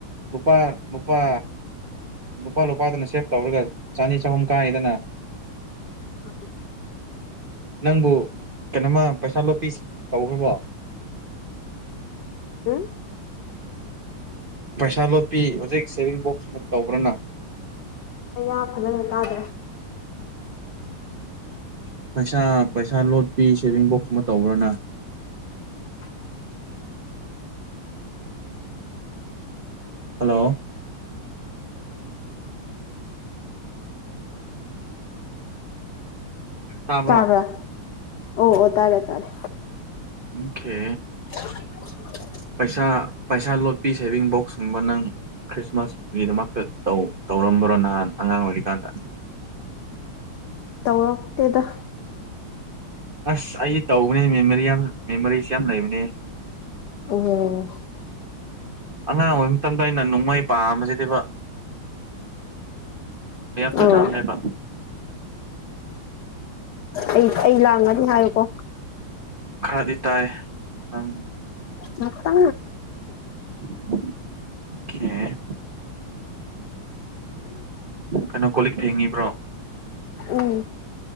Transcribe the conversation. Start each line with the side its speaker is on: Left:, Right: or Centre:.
Right: ꯅꯨꯄꯥ ꯅꯨꯄꯥ ꯂꯨꯄꯥ ꯂꯨꯄꯥꯗꯅ ꯁꯦꯐ ꯇꯧꯔꯒ ꯆꯅꯤ ꯆꯍꯨꯝ ꯀꯥꯏꯗꯅ
Left: ꯑ
Right: ꯅꯪꯕꯨ ꯀꯩꯅꯣꯃ ꯄꯩꯁꯥ ꯂꯇꯁꯤ ꯇꯧꯈ꯭ꯔꯕꯣ
Left: ꯎꯝ
Right: ꯄꯩꯁꯥ ꯂꯣꯠꯄꯤ ꯍꯧꯖꯤꯛ ꯁꯦꯚꯤꯡ ꯕꯣꯛꯁꯀꯨꯝꯕꯗ ꯇꯧꯕ꯭ꯔꯥꯅ
Left: ꯑꯩꯌꯥ ꯐꯖꯅ ꯇꯥꯗ꯭ꯔꯥ
Right: ꯄꯩꯁꯥ ꯄꯩꯁꯥ ꯂꯣꯠ ꯄꯤ ꯁꯦꯚꯤꯡ ꯕꯣꯛꯁ ꯑꯃ ꯇꯧꯕ꯭ꯔꯥꯅ
Left: <inaudible>
Right: ꯍꯂꯣ ꯇꯥꯕ꯭ꯔꯣ
Left: ꯇꯥꯕ ꯑꯣ ꯑꯣ ꯇꯥꯔꯦ ꯇꯥꯔꯦ
Right: ꯑꯣꯀꯦ
Left: <inaudible>
Right: ꯄꯩꯁꯥ ꯄꯩꯁꯥ ꯂꯣꯠꯄꯤ ꯁꯦꯚꯤꯡ ꯕꯣꯛꯁꯀꯨꯝꯕ ꯅꯪ ꯈ꯭ꯔꯤꯁꯃꯥꯁꯀꯤꯗꯃꯛꯇ ꯇꯧꯔꯝꯕ꯭ꯔꯣ ꯅꯍꯥꯟ ꯑꯉꯥꯡ ꯑꯣꯏꯔꯤꯀꯥꯟꯗ
Left: ꯇꯧꯇꯦꯗ
Right: ꯑꯁ ꯑꯩꯗꯤ ꯇꯧꯕꯅꯦ ꯃꯦꯃꯣꯔꯤ ꯌꯥꯝ ꯃꯦꯃꯣꯔꯤꯁꯤ ꯌꯥꯝ ꯂꯩꯕꯅꯦ
Left: ꯑꯣ
Right: ꯑꯉꯥꯡ ꯑꯣꯏꯕ ꯃꯇꯝꯗ ꯑꯩꯅ ꯅꯣꯡꯃꯩ ꯄꯥꯝꯃꯁꯤꯗꯤꯕ ꯆꯠꯅꯕꯅꯦꯕ
Left: ꯑꯣ ꯑꯩ ꯑꯩ ꯂꯥꯡꯉꯅꯤ ꯍꯥꯏꯌꯨꯀꯣ
Right: ꯈꯔꯗꯤ ꯇꯥꯏ ꯑꯪ
Left: ꯃꯠꯇ
Right: ꯍꯦ ꯀꯩꯅꯣ ꯀꯣ ꯂꯤꯛ ꯊꯦꯡꯉꯤꯕ꯭ꯔꯣ
Left: ꯎꯝ